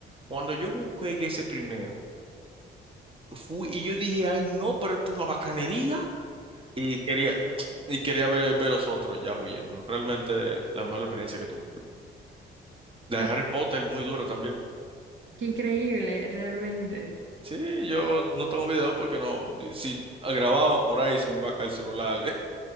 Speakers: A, on the right (about 25°); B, on the right (about 70°).
A: Cuando yo jugué ese primero, fui y yo dije, ay no, pero esto es una bacanería. Y quería, y quería ver, ver los otros ya huyendo. Realmente la mejor experiencia que tuve. La
B: Ah,
A: de Harry Potter, muy dura también.
B: qué increíble, realmente.
A: Sí, yo no tengo video porque no, si si grababa por ahí se me iba a caer el celular